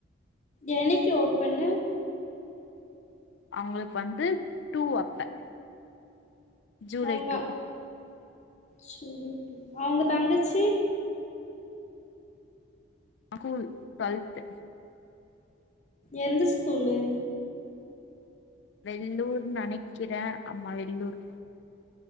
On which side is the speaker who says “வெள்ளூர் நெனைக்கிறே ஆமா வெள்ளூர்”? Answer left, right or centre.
Left